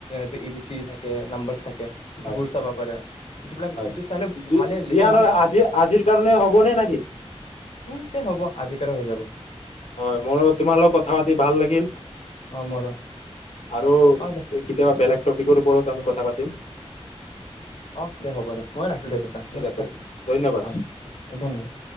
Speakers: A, on the left; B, on the left.
A: এটো এ, বি, চি থাকে, নাম্বাৰছ থাকে সেটো
B: হয়
A: বোৰ চাব পাৰে। এইটোবিলাক
B: হয়,
A: এইটো চালেও
B: দি
A: ভালে
B: দিয়া
A: লেকিন
B: নহয়
A: মানে
B: আজি, আজিৰ কাৰণে হ'বনে না কি?
A: উম, তে হ'ব আজি কাৰে হৈ যাব।
B: হয়, মোৰো তোমাৰ লগ কথা পাতি ভাল লাগিল।
A: অ মোৰো
B: আৰু
A: অ দে
B: কেতিয়াবা বেলেগ টপিকৰ ওপৰত আমি কথা পাতিম।
A: অ' দে হ'ব দে মই ৰাখিলো দে দুটা
B: ঠিক
A: দে
B: আছে
A: দে
B: ধন্যবাদ।
A: অ দে 'ধন্যবাদ।